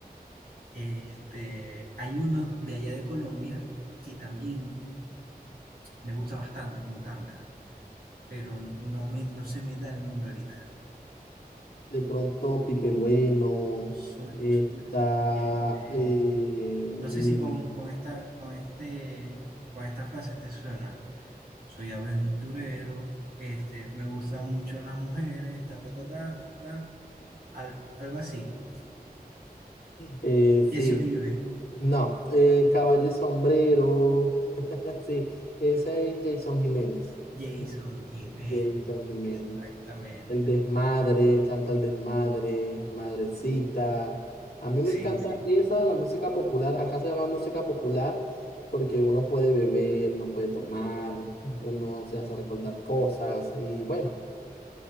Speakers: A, on the right; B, on the left.
A: este, hay uno de allá de Colombia que también me gusta bastante como canta. pero no me, no se me da el nombre ahorita.
B: De pronto Pipe Bueno,
A: Soy,
B: está...
A: soy, este,
B: eh,
A: no sé
B: mm,
A: si con, con esta, con este, con esta frase te suena. Soy aventurero, este, me gustan mucho las mujeres, ta, ta, ta, ta, ta, ta, al- algo así.
B: eh,
A: Jesse
B: sí,
A: Uribe,
B: no, eh, Caballo y Sombrero, <laughs> sí, esa es Jason Jiménez.
A: Jason
B: Es
A: Jiménez,
B: Jason
A: exactamente.
B: Jiménez. El desmadre, canta el desmadre, madrecita. A mí
A: Sí,
B: me encanta
A: sí,
B: esa, la música popular. Acá se llama música popular porque uno puede beber, no puede tomar, uno se hace recordar cosas y bueno.